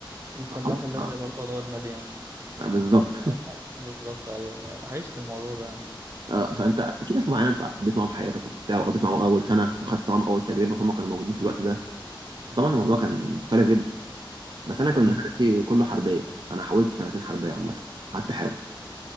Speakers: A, on the right; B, on the right.
A: الفلاح
B: فخلاص
A: الذي
B: اه
A: يبرت ضوء المدينة
B: بالظبط
A: ف-
B: <laughs>
A: بالظبط ايوه عشت الموضوع ده انا
B: اه فانت في ناس معينه انت قضيت معاهم حياتك وبتاع وقضيت معاهم اول سنه وخدت معاهم اول تجربه فهم كانوا موجودين في الوقت ده فطبعا الموضوع كان مختلف جدا بس انا كنت
A: تمام
B: حياتي كله حربيه انا حاولت سنتين حربيه عامه قعدت احاول